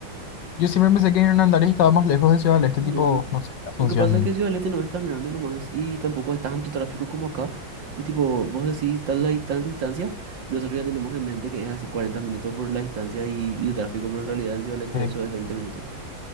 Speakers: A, on the left (about 65°); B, on the right (about 65°).
A: yo siempre pensé que Hernandarias estaba más lejos de Ciudad del Este,
B: No,
A: tipo, no sé, Asunción.
B: lo que pasa es que Ciudad del Este no es tan grande nomás y tampoco hay tanto tráfico como acá. Y tipo, vos decís tal la di- tanta distancia, y nosotros ya tenemos en mente que es así 40 minutos por la distancia y el tráfico, pero en realidad en Ciudad del Este
A: eh,
B: eso es veinte minutos.